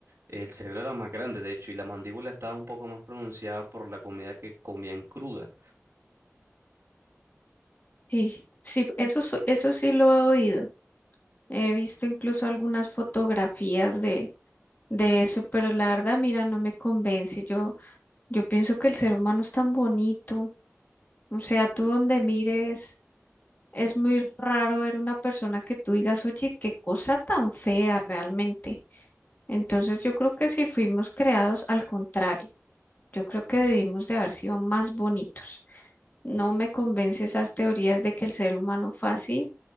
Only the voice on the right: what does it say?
eh, el cerebro era más grande, de hecho, y la mandíbula estaba un poco más pronunciada por la comida que comían cruda.